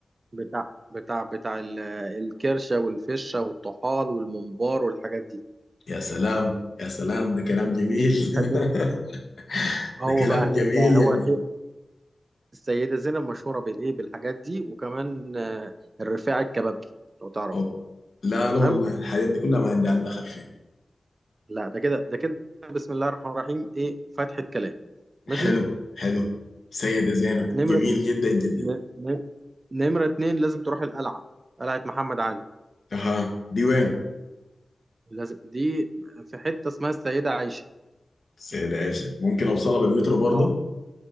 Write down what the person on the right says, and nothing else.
بتاع بتاع بتاع ال- الكرشة والفشة والطحال والممبار والحاجات دي
تحب
هو
بقى هناك
بقى
هو
في السيدة زينب مشهورة بالايه بالحاجات دي وكمان آه، الرفاعي الكبابجي لو تعرف
تمام
لا ده كده ده كده بسم الله الرحمن الرحيم ايه فتحة كلام
ماشي
نمرة
ن- ن- نمرة اتنين لازم تروح القلعة قلعة محمد علي
لازم دي في حتة اسمها السيدة عائشة
اه